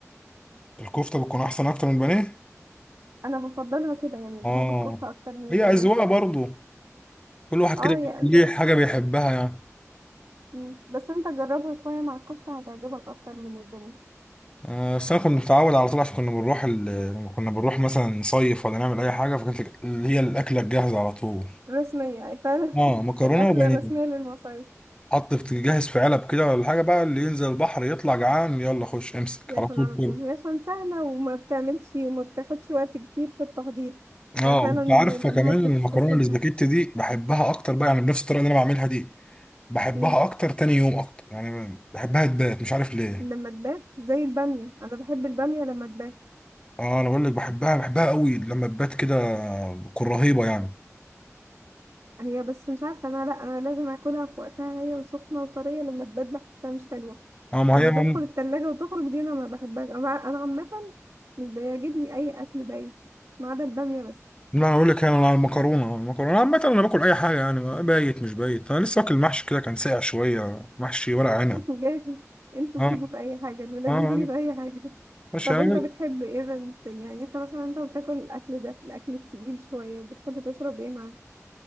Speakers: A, on the left; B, on the right.
A: الكفته بتكون احسن اكتر من البانيه
B: انا بفضلها كده يعني
A: اه
B: بحب الكفتة اكتر من
A: هي
B: البانيه
A: اذواق برضو كل واحد
B: اه
A: كده
B: يا
A: ليه
B: ز-
A: حاجه بيحبها يعني
B: مم. بس انت جربها شوية مع الكفتة هتعجبك اكتر من البانيه
A: آه، بس انا كنت متعود على طول عشان كنا بنروح ال- لما كنا بنروح مثلا نصيف ولا نعمل اي حاجه فكانت اللي هي الاكله الجاهزه على طول
B: رسمية يعني فعلا
A: اه
B: <laughs>
A: مكرونه
B: الاكل
A: وبانيه
B: الرسمية للمصايف
A: حط في جاهز في علب كده ولا حاجه بقى اللي ينزل البحر يطلع جعان يلا خش امسك
B: ياكل
A: على طول
B: على
A: كل
B: طول هي عشان سهلة وما بتعملش وما بتاخدش وقت كتير في التحضير
A: اه
B: ففعلا
A: انت عارفه
B: الأمهات
A: كمان المكرونه
B: بتستسهلها
A: الاسباجيتي دي بحبها اكتر بقى يعني بنفس الطريقه اللي انا بعملها دي بحبها
B: مم.
A: اكتر تاني يوم اكتر يعني بحبها تبات مش عارف ليه
B: لما تبات زي البامية أنا بحب البامية لما تبات
A: اه انا بقول لك بحبها بحبها قوي لما تبات كده بتكون رهيبه يعني
B: هي بس مش عارفة أنا لأ أنا لازم أكلها في وقتها هي وسخنة وطرية لما تبات بحسها مش حلوة
A: اه ما
B: لما
A: هي مم...
B: تدخل التلاجة وتخرج دي أنا ما بحبهاش أنا أنا عامة مش بيعجبني أي أكل بايت ما عدا البامية بس
A: لا انا اقول لك انا على المكرونه المكرونه عامه انا باكل اي حاجه يعني بايت مش بايت انا لسه واكل محشي كده كان ساقع شويه محشي ورق عنب
B: بجد انتوا
A: اه
B: بتيجوا في اي حاجة الولاد
A: اه
B: بتيجي في اي حاجة
A: ماشي
B: طب
A: يعني
B: انت بتحب ايه بنت يعني انت مثلا انت بتاكل الاكل ده الاكل التقيل شوية بتحب تشرب ايه معاه